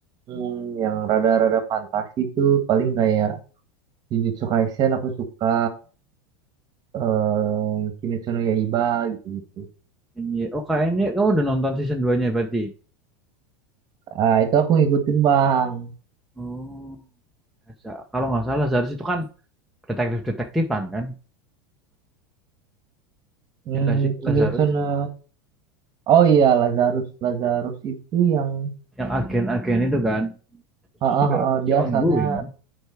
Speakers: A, on the right; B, in the centre.
A: hmm, yang rada-rada fantasi tuh paling kayak Jujutsu Kaisen aku suka eh Kimetsu no Yaiba gitu-gitu.
B: Ini, oh kayaknya kamu udah nonton season 2-nya berarti.
A: Ah, itu aku ngikutin, Bang.
B: Oh, Laza- kalau nggak salah Lazarus itu kan detektif-detektifan kan?
A: Hmm,
B: Ya nggak sih
A: Kimetsu
B: Lazarus?
A: no... Oh iya, Lazarus. Lazarus itu yang...
B: Yang agen-agen itu kan? Itu
A: Ah, ah,
B: juga
A: ah,
B: masih
A: dia asalnya...
B: ongoing kan?